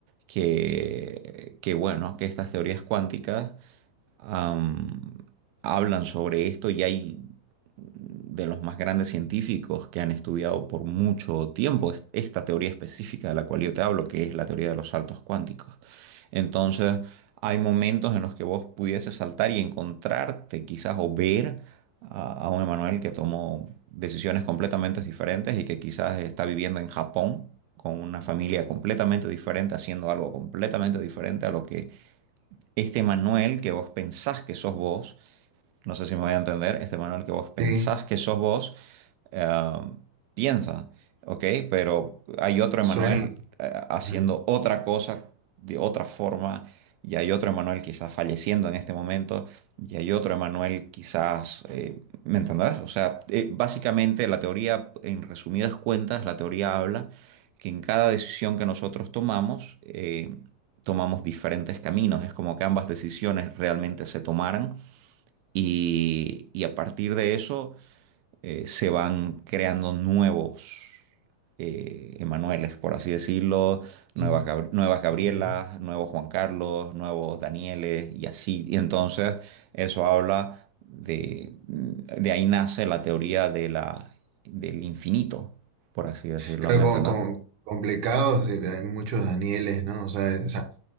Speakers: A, on the right; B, on the right.
A: que, que, bueno, que estas teorías cuánticas am, hablan sobre esto y hay de los más grandes científicos que han estudiado por mucho tiempo es- esta teoría específica de la cual yo te hablo, que es la teoría de los saltos cuánticos. Entonces, hay momentos en los que vos pudieses saltar y encontrarte quizás o ver a, a un Emanuel que tomó decisiones completamente diferentes y que quizás está viviendo en Japón con una familia completamente diferente, haciendo algo completamente diferente a lo que este Manuel que vos pensás que sos vos, no sé si me voy a entender, este Manuel que vos pensás
B: Sí.
A: que sos vos, eh, piensa, ¿ok? Pero hay otro
B: Suena.
A: Emanuel eh, haciendo
B: ujú.
A: otra cosa de otra forma, y hay otro Emanuel quizás falleciendo en este momento, y hay otro Emanuel quizás, eh, ¿me entendés? O sea, eh, básicamente la teoría, en resumidas cuentas, la teoría habla que en cada decisión que nosotros tomamos, eh, tomamos diferentes caminos, es como que ambas decisiones realmente se tomaran y, y a partir de eso eh, se van creando nuevos eh, Emanueles, por así decirlo, nuevas,
B: Y-
A: Gab- nuevas Gabrielas,
B: ujú.
A: nuevos Juan Carlos, nuevos Danieles y así. Y entonces eso habla de, de ahí nace la teoría de la, del infinito, por así decirlo,
B: Claro,
A: ¿me
B: con,
A: entiendes?
B: con- complicados, eh, hay muchos Danieles, ¿no? O sea, o sea,